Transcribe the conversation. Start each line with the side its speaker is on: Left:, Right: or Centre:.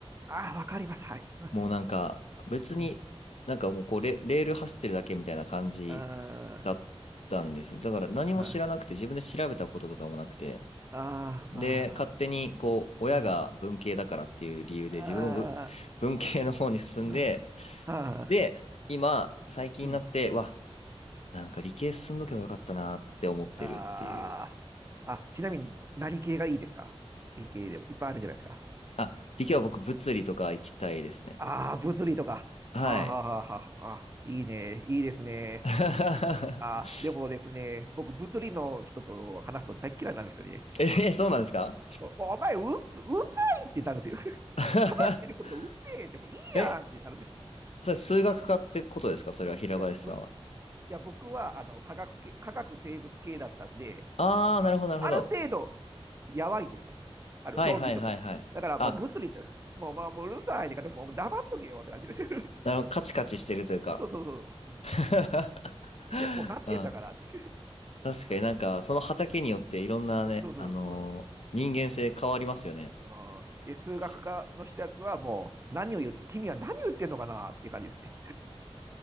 Right: ああ、わかります。はい。
Left: もうなんか、別に、
Right: うん。
Left: なんかもうこうレ、レール走ってるだけみたいな感じ
Right: あ
Left: だったんですだから、何も知らなくて、
Right: あ、はあ
Left: 自分で調べたこととかもなくて、
Right: ああまあ、
Left: で、勝手に、こう、親が文系だからっていう理由で、
Right: うん。あ
Left: 自分もぶ文系の方に進んで、
Right: ー、うん、あ
Left: で、今、最近になって、
Right: ー、うん、
Left: うわ、なんか理系進んどけばよかったなって思ってるっていう。
Right: あー、あ、ちなみに何系がいいですか理系でもいっぱいあるじゃないですか。
Left: あ、理系は僕、物理とか行きたいですね。
Right: ああ、物理とか。
Left: はい。
Right: はあ、はあはあはあ、あ、いいね、いいですね。
Left: <laughs>
Right: ああでもですね、僕、物理の人と話すと大っ嫌いなんですよね。
Left: え、そうなんですか
Right: もう、もうお前、う、うざいってなるんですよ。<laughs>
Left: <laughs>
Right: 話してることがうぜえでもいいやんってなるんです。
Left: え、それ数学科ってことですかそれは平林さんは。
Right: いや、ぶ、いや、僕は、あの、科学系、科学生物系だったんで、
Left: あー、なるほど、なるほど。
Right: ある程度、やばいんですよ。あの、
Left: はいはいはいはい。
Right: 論理とかのだから、
Left: あ、
Right: もう物理と、もう、まあ、もううるさいってから、もう黙っとけよって感じです。<laughs>
Left: なるほど、カチカチしてるというか。
Right: そうそうそう。うん、い
Left: <laughs> うん
Right: や、こうなってんだからって。
Left: 確かになんか、その畑によっていろんなね、
Right: そうそう。
Left: あのー人間性変わりますよね。
Right: うん。うん、あで、数学科の人やつは、
Left: す <laughs>
Right: もう、何を言って、君は何を言ってんのかなっていう感じですね。